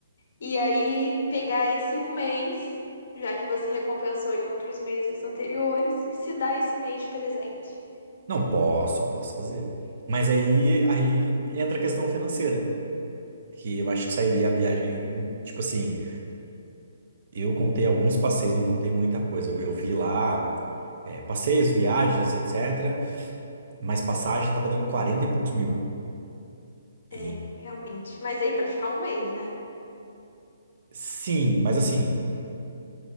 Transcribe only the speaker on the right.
Não, posso, posso fazer. Mas aí, aí entra a questão financeira, que eu acho que sairia a viagem. Tipo assim, eu contei alguns passeios, não contei muita coisa. Eu vi lá, é, passeios, viagens, etc. Mas passagem tava dando 40 e poucos mil. E
sim, mas assim,